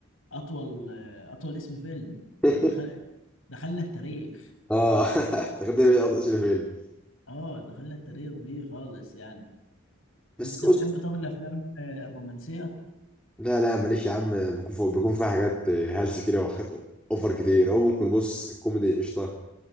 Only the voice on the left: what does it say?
اطول اطول اسم فيلم
ده دخل دخلنا التاريخ
اه دخلنا التاريخ بيه خالص يعني
انت
بتحب طب الافلام الرومانسيه